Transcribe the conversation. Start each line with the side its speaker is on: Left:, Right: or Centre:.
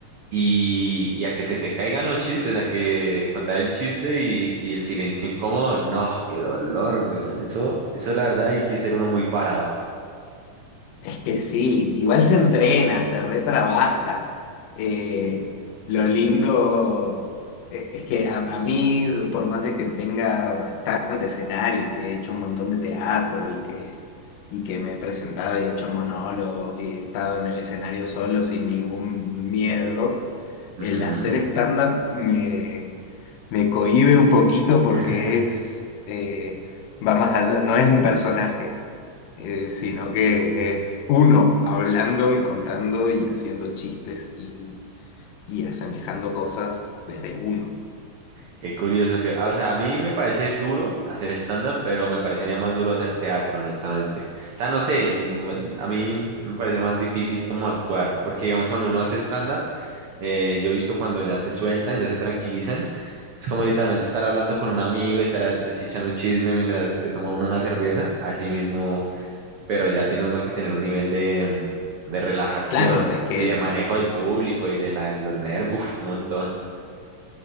Right: y, y a que se te caigan los chistes, a que contar el chiste y, y el silencio incómodo, no, qué dolor, weón. Eso, eso la verdad hay que ser uno muy parado.
Left: Es que sí, igual se entrena, se retrabaja. Eh, lo lindo e- es que a, a mí, por más de que tenga bastante escenario y que he hecho un montón de teatro y que, y que me he presentado y he hecho monólogos y he estado en el escenario solo sin ningún miedo,
Right: Ujú.
Left: el hacer stand-up me, me cohíbe un poquito porque
Right: <laughs>
Left: es, eh, va más allá, no es un personaje eh, sino que es uno hablando y contando y haciendo chistes y, y asemejando cosas desde uno.
Right: Qué curioso que, ah, o sea, a mí me parece duro hacer stand-up, pero me parecería más duro hacer teatro, honestamente. O sea, no sé, no a mí me parece más difícil como actuar, porque digamos cuando uno hace stand-up, Eh, yo he visto cuando ya se sueltan, ya se tranquilizan. Es como literalmente estar hablando con un amigo y estar as- así echando chisme mientras se toma uno una cerveza, así mismo, pero ya tiene uno que tener un nivel de, mm, de relajación
Left: Claro, es que,
Right: y de manejo del público y de, la, de los nervios, uf, un montón.